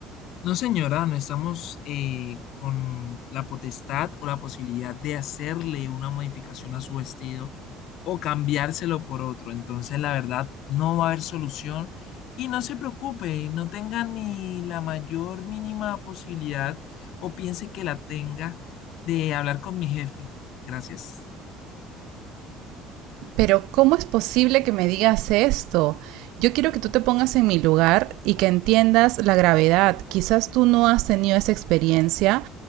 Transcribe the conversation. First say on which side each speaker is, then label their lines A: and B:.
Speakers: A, on the left; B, on the right.
A: No, señora, no estamos eh, con la potestad o la posibilidad de hacerle una modificación a su vestido o cambiárselo por otro. Entonces, la verdad, no va a haber solución y no se preocupe, no tenga ni la mayor mínima posibilidad o piense que la tenga de hablar con mi jefe. Gracias.
B: pero ¿cómo es posible que me digas esto? Yo quiero que tú te pongas en mi lugar y que entiendas la gravedad. Quizás tú no has tenido esa experiencia.